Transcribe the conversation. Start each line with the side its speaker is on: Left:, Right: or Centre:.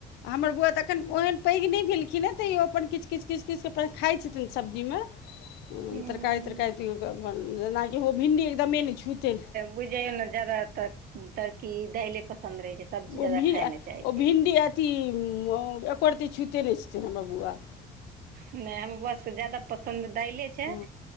Left: हमर बौआ तऽ एखन ओहन पैघ नहि भेलखिन तयो अपन किछ -किछ -किछ खाइ छथिन सब्जीमे
Right: हूँ
Left: तरकारी- तरकारी तयोअपन जेनाकि ईहो भिण्डी एकदममे नहि छूते
Right: बुझ जायो ने जादातर तड़की दाले पसन्द रहे सब्जी छै। जादा
Left: ओ भि
Right: खाय नहि चाहै
Left: ओ-
Right: छै
Left: भिन्डी अति एकोरति छूते नहि छूते नय छथिन हमर बौआ- -
Right: नहि हमर बोआ जादा पसन्द दायले छैई।
Left: हँ।